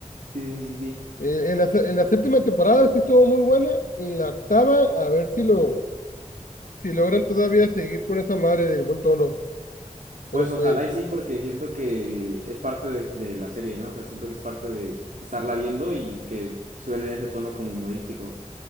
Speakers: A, on the right; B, on the left.
A: sí, sí, sí, sí.
B: Eh, en la, se- en la séptima temporada sí estuvo muy buena. En la octava, a ver si lo, si logran todavía seguir con esa madre del buen tono.
A: Pues
B: Pero
A: ojalá
B: pues,
A: y sí, porque siento que es parte de, de la serie, ¿no? O sea, siento que es parte de estarla viendo y que suene en ese tono como humorístico.